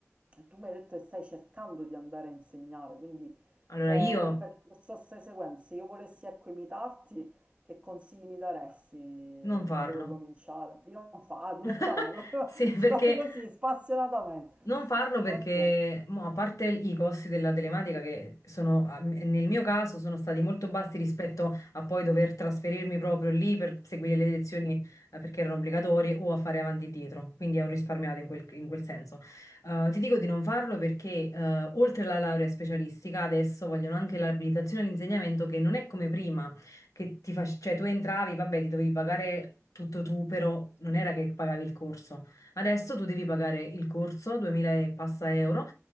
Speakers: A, on the right (about 20°); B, on the left (about 80°).
A: tu mi hai detto che stai cercando di andare a insegnare, quindi
B: Allora
A: che
B: io
A: percorso stai seguendo? Se io volessi ecco imitarti, che consigli mi daresti?
B: non farlo.
A: Da dove cominciare? Di non fare direttamente,
B: <laughs>
A: <laughs> proprio
B: Sì, perché
A: spa- così spassionatamente.
B: Non farlo perché,
A: Ok.
B: mo, a parte i costi della telematica che sono, a- nel mio caso, sono stati molto bassi rispetto a poi dover trasferirmi proprio lì per seguire le lezioni, eh, perché erano obbligatorie o a fare avanti e dietro, quindi ho risparmiato in quel, in quel senso. Eh, ti dico di non farlo perché, eh, oltre alla laurea specialistica, adesso vogliono anche l'abilitazione all'insegnamento che non è come prima, che ti fac- cioè tu entravi, vabbè, ti dovevi pagare tutto tu, però non era che pagavi il corso. Adesso tu devi pagare il corso, 2000 e passa euro,